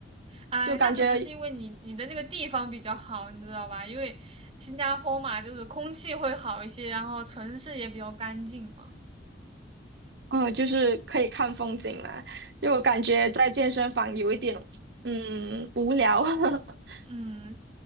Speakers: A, on the right (about 30°); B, on the right (about 65°).
A: 哎，
B: 就感觉
A: 那可能是因为你你的那个地方比较好，你知道吧？因为新加坡嘛，就是空气会好一些，然后城市也比较干净嘛。
B: 嗯，就是可以看风景嘛，因为我感觉在健身房有一点，嗯，无聊。<laughs>
A: 嗯，